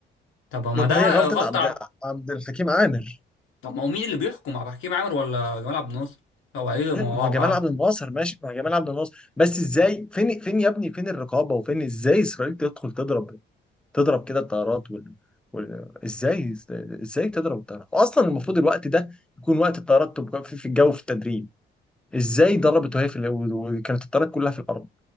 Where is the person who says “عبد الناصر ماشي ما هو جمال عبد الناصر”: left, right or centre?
Centre